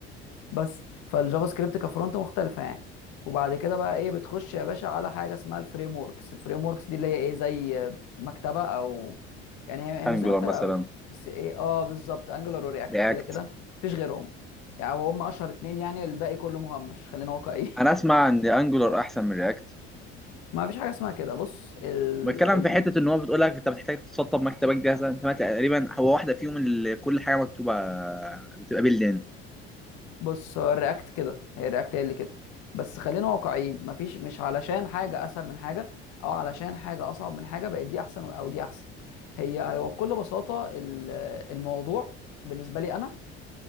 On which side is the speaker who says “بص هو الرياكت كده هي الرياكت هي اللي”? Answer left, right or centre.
Left